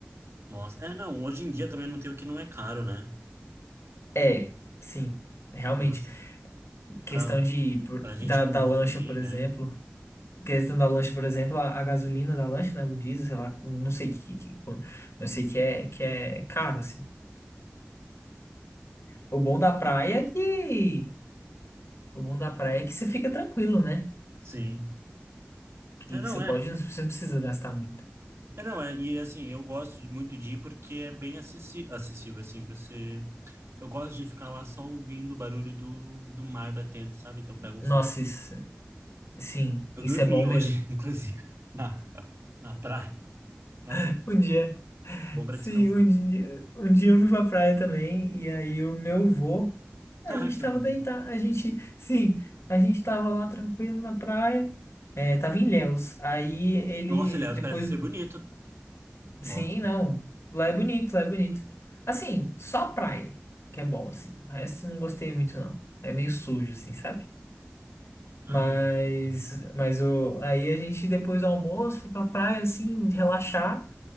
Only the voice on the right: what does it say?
Nossa, é, não, hoje em dia também não tem o que não é caro, né?
Pra você, pra,
pra gente
manter,
é.
Sim.
É, não,
é.
É, não, é. E assim, eu gosto de- muito de ir porque é bem acessi- acessível, assim, você... Eu gosto de ficar lá só ouvindo o barulho do, do mar batendo, sabe? Então pega um
sol.
Eu
dormi
hoje,
<laughs> inclusive, na, na praia, mas
é
bom pra
descansar.
<laughs>
Que
fofo.
Nossa, aliás,
parece ser bonito.
Nossa.
Ah,
não. é. Uhum.